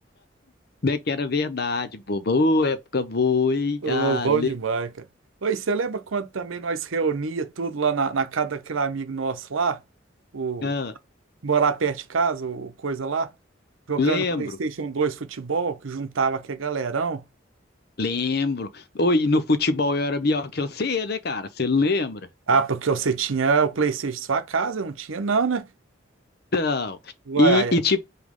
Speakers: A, on the left (about 50°); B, on the right (about 85°).
A: Né, que era verdade, boba. Ô, época boa, hein?
B: Ô,
A: Ah,
B: bom
A: le-
B: demais, cara. Oi, você lembra quando também nós reunia tudo lá na, na casa daquele amigo nosso lá? O
A: ah,
B: morar perto de casa, o coisa lá? Jogando
A: lembro.
B: PlayStation dois futebol, que juntava aquele galerão.
A: Lembro. Oi, no futebol eu era melhor que você, né, cara? Você lembra?
B: Ah, porque você tinha o PlayStation em sua casa, eu não tinha, não, né?
A: Então,
B: Uai,
A: e, e
B: ai.
A: tipo,